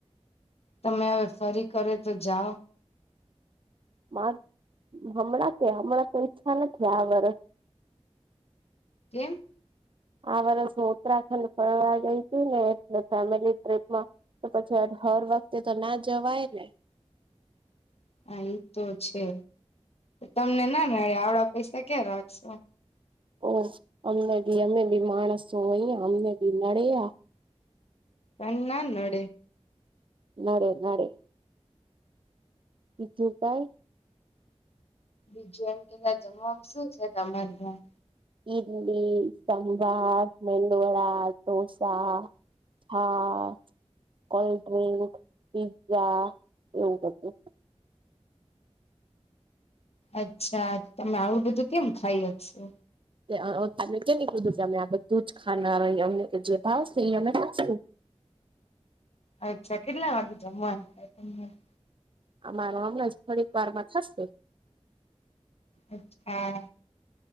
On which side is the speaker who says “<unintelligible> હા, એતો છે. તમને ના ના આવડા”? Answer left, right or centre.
Left